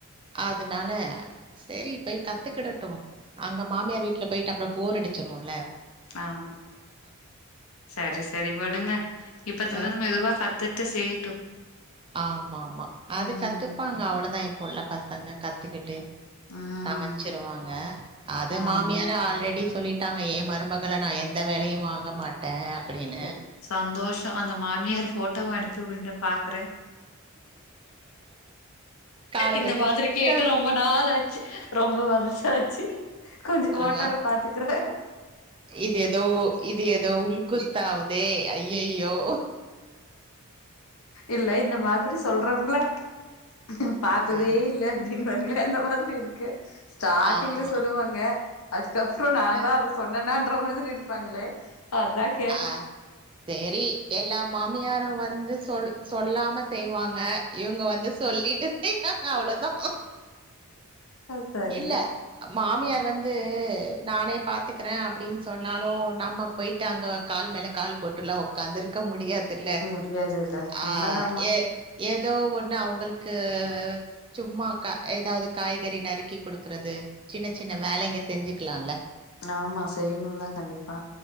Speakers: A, on the right (about 25°); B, on the left (about 70°).
A: அதனால சரி போய் கத்துக்கிட ட்டு அங்க மாமியார் வீட்ல போயிட்டு அப்புற போர் அடிச்சிருல்ல
B: ஆம் சரி சரி விடுங்க இப்பதுலருந்து
A: அ
B: மெதுவா கத்துட் டு செய்யட்டு
A: ஆமா ஆமா அது
B: ம்
A: கத்துப்பாங்க அவ்ளோதா இப்போ உள்ள பசங்க கத் துக்கிட்டு
B: ம்
A: சமைச்சிருவாங்க அத மாமியார
B: ஆமா
A: ஆல்ரெடி சொல்லிட் லிட்டாங்க ஏ மருமகள நா எந்த வேலையு வாங்க மாட்டே அப்டின்னு
B: ஒ சந்தோஷ் ஸோ அந்த மாமியார் போட்டோவ அனுப்பி உடுங்க பாக்குறே
A: கால
B: இந்த
A: தொட்டு
B: மாதிரி
A: க்கா
B: கேட்டு ரொம்ப நாளாச்சு ரொம்ப வருஷோ ஆச்சு கொஞ்சே போட்டோல
A: ஆ
B: பாத்துக்கறே
A: இது எதோ இது எதோ உள்க்குத் தாவுதே அய்யய்யோ
B: இல்ல இந்த மாதிரி சொல்றவங்ள ம்ஹும் பாத்ததே
A: ஆ
B: இல்ல அப்டின்றாங்ளே அந்த மாதிரி இருக்கே ஸ்டாட்டிங்ல
A: ஆமா
B: சொல்லுவாங்க கப்புறோ நா
A: அ
B: தா அத சொன்னனான் ன்ற மாதிரி இருப்பாங்ளே அதா கே
A: ஆ செரி எல்லா மாமியாரு வந் து சொல் சொல்லாம செய்வாங்க இவுங்க வந்து சொல்லிட்டு செய்வாங்க அவ்ளோதா
B: அது சரிதா
A: இல்ல மாமியார் வந் த்து நானே பாத்துக்கறே அப்டின்னு சொன்னாலு நம்ம போய்ட் டு அங்க கால் மேல கால் போட்டுல்லா ஒக்காந்துர்க்க முடியாத் துல்ல
B: முடியாதுல்ல உண்மதாமா
A: ஆ எ ஏதோ ஒண்ணு அவுங்ளுக்கு சும்மா கா எதாவுது காய்கறி நறுக்கி குடுக்கறது சின்ன சின்ன வேலைங்க செஞ்சிக்கிலான்ல
B: ஆமா செய்ணு தா கண்டிப்பா